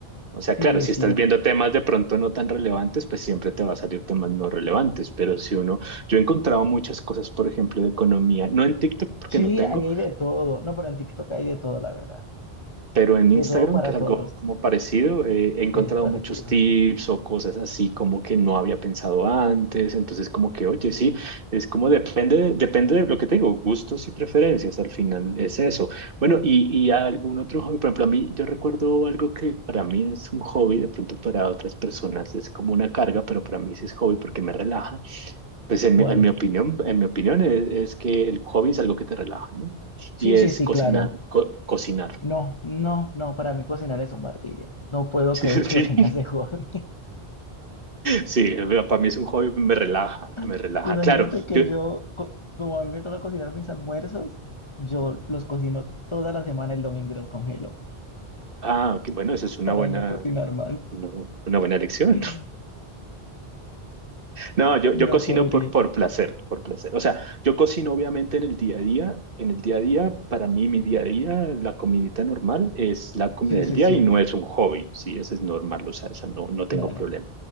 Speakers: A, on the right; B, on the left.
A: O sea,
B: Sí,
A: claro,
B: es
A: si estás
B: cierto.
A: viendo temas de pronto no tan relevantes, pues siempre te va a salir temas no relevantes, pero si uno, yo he encontrado muchas cosas, por ejemplo, de economía, no en TikTok porque
B: Sí,
A: no tengo,
B: ahí hay de todo. No, pero en TikTok hay de todo, la verdad.
A: pero en
B: De
A: Instagram,
B: todo para
A: que es
B: todos.
A: algo como parecido, eh, he encontrado
B: Sí, es parecido.
A: muchos tips o cosas así como que no había pensado antes. Entonces, como que, oye, sí, es como depende, depende de lo que tengo, gustos y preferencias. Al final es eso. Bueno, y, y algún otro hobby, por ejemplo, a mí, yo recuerdo algo que para mí es un hobby, de pronto para otras personas es como una carga, pero para mí sí es hobby porque me relaja. Pues en
B: ¿Cuál?
A: mi, en mi opinión, en mi opinión es, es que el hobby es algo que te relaja, ¿no?
B: Sí,
A: Y es
B: sí, sí,
A: cocinar,
B: claro.
A: co- cocinar.
B: No, no, no, para mí cocinar es un martirio. No puedo
A: <laughs>
B: creer que
A: Sí.
B: lo tengas de hobby.
A: Sí, para mí es un hobby, me relaja,
B: <laughs>
A: me relaja.
B: Imagínate
A: Claro,
B: que
A: yo,
B: yo, co- como a mí me toca cocinar mis almuerzos, yo los cocino toda la semana el domingo y los congelo
A: ah, ok, bueno, esa
B: <laughs>
A: es una
B: para
A: buena,
B: no cocinar más.
A: una, una buena elección.
B: <laughs>
A: <laughs> No, yo,
B: No
A: yo cocino
B: podría.
A: por, por placer, por placer. O sea, yo cocino obviamente en el día a día, en el día a día, para mí mi día a día, la comidita normal es la comida
B: Sí,
A: del
B: sí,
A: día
B: sí,
A: y no es un hobby, sí, eso es normal, o sea, eso no, no
B: claro.
A: tengo problema.